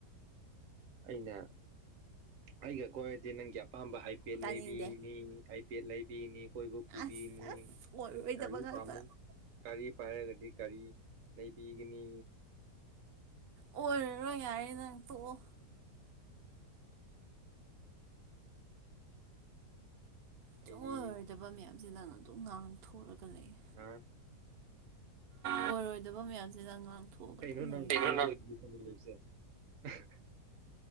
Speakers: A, on the right; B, on the right.
A: ꯑꯩꯅ ꯑꯩꯒ ꯀꯣꯏꯔꯗꯤ ꯅꯪꯒꯤ ꯑꯄꯥꯝꯕ ꯍꯥꯏꯄꯦꯠ
B: ꯇꯥꯅꯤꯡꯗꯦ
A: ꯂꯩꯕꯤꯅꯤ ꯄꯦꯠ ꯂꯩꯕꯤꯅꯤ ꯀꯣꯏꯕ ꯄꯨꯕꯤꯅꯤ
B: ꯑꯁ ꯑꯁ ꯑꯣꯏꯔꯣꯏꯗꯕ
A: ꯒꯥꯔꯤ
B: ꯉꯥꯛꯇ
A: ꯄꯥꯝꯃꯤ ꯒꯥꯔꯤ ꯄꯥꯏꯔꯒꯗꯤ ꯒꯥꯔꯤ ꯂꯩꯕꯤꯒꯅꯤ
B: ꯑꯣꯏꯔꯔꯣꯏ ꯌꯥꯔꯦ ꯅꯪ ꯇꯣꯛꯑꯣ ꯨꯁꯨꯡꯑꯣꯏ
A: ꯑꯩꯗꯤ
B: ꯑꯣꯏꯔꯣꯏꯗꯕ ꯃꯌꯥꯝꯁꯦ ꯅꯪꯅ ꯑꯗꯨꯝ ꯉꯥꯡꯊꯣꯛꯑꯒ ꯂꯩꯌꯦ
A: ꯍꯥ
B: ꯑꯣꯏꯔꯣꯏꯗꯕ ꯃꯌꯥꯝꯁꯤ ꯅꯪ ꯉꯥꯡꯊꯣꯛꯑꯒ
A: ꯀꯩꯅꯣ
B: ꯑꯗꯨꯝ ꯂꯩꯔ
A: ꯅꯪ ꯚꯤꯗꯤꯑꯣ <unintelligible>